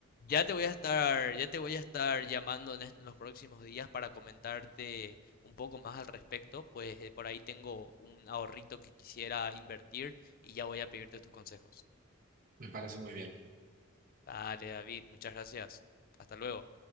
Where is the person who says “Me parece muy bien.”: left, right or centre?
Right